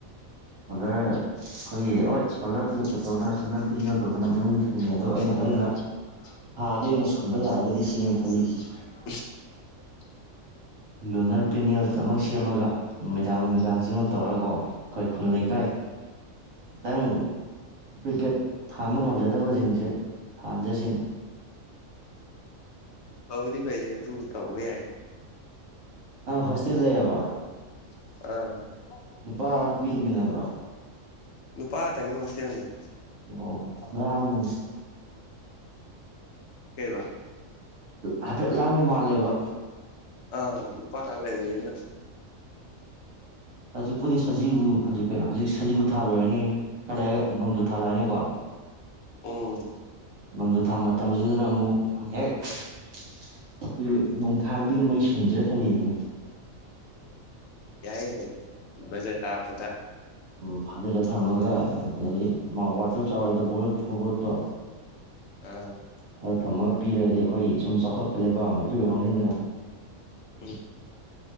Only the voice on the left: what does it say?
<inaudible>
ꯐꯕꯨꯗꯤ ꯐꯩꯌꯦ ꯑꯗꯨ ꯇꯧꯕ ꯌꯥꯏ
<inaudible>
ꯅꯨꯄꯥ ꯇꯪꯒꯤ ꯍꯣꯁꯇꯦꯜꯅꯤꯗ
ꯀꯩꯕꯥ
ꯑ ꯅꯨꯄꯥ ꯉꯥꯛ ꯂꯩꯕꯅꯤꯅ
ꯎꯝ
ꯌꯥꯏ ꯌꯥꯏ ꯕ꯭ꯔꯖꯥ ꯇꯥꯔꯛꯄꯗ
<inaudible>
ꯎꯝ